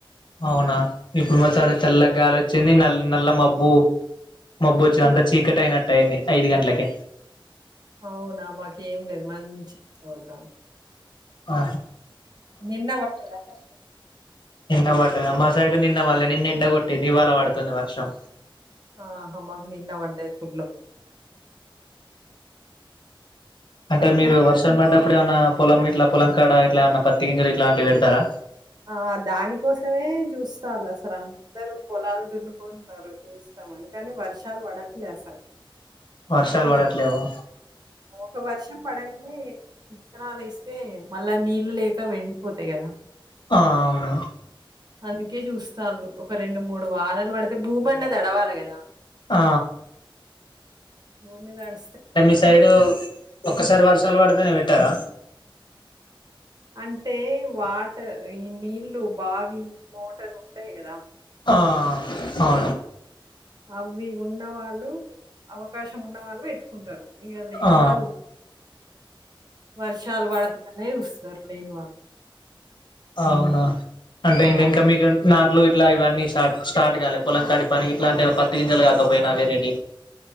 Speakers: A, on the left (about 60°); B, on the right (about 50°).
A: అవునా ఇప్పుడు మాడ చల్లగా గాలి వచ్చింది నల్ నల్ల మబ్బు మబ్బొ వచ్చు
B: హ్మ్.
A: అంతా చీకట అయినట్టు అయింది ఐదు గంటలకె
B: అవునా మాక ఏం లేదు మంచి చడతాం
A: ఆ
B: నిన్న వడ్డాద మరి
A: నిన్న వడ్డద మా సైడ్ నిన్న వల్లే నిన్న ఎండ కొట్టింది ఇవాళ వడుతది వర్షం
B: ఆహ మాకు నిన్న వడ్డది ఫుల్
A: అంటే
B: ఇంకా
A: మీరు వర్షం పడ్డప్పుడు ఏమైన్నా పొలం ఇట్లా పొలంకాడ ఇట్లాన్న పత్తికింజలు ఇట్లాంటివి పెడతారా
B: ఆ దాని కోసమే చూస్తాల అసలు అందరుూ పొలాలు దున్నుకొన్నారు వస్త అని కానీ వర్షాలు పడట్లే అసలు
A: వర్షాలు
B: ఒక
A: పడట్లేవా
B: వర్ష ఒక వర్షం పడంగ అ ఇత్తనాలు ఇస్తే మళ్ళా నీళ్లు లేక వెండిపోతాయి కదా
A: ఆ అవును
B: అందుకే చూస్తాళ్ళు ఒక రెండు మూడు వారాలు పడితే భూమి అన్న తడవాలి కదా
A: ఆ
B: భూమిదడు
A: అంటే మీ సైడు ఒక్కసారి వర్షాలు పడితేనే పెట్టారా
B: అంటే వాట ఈ నీళ్ళు బావి మోటర్ ఉంటాయి కదా
A: ఆ అవును
B: అవి ఉన్న వాళ్ళు అవకాశం ఉన్న వాళ్ళు ఎట్టుకుంటారు ఇగ లేనివాళ్లు
A: ఆ
B: వర్షాలు పడదు కానే వస్తారు లేని వాళ్ళు
A: అవునా అంటే
B: ఆ
A: ఏంటి ఇంకా మీకు నా ఇట్లు ఇట్లా ఇవన్నీ స్టార్ట్ స్టార్ట్ కాల పొంలకాడి పని ఇట్లా అంటే పత్తి గింజలు కాకపోయిన వేరేటి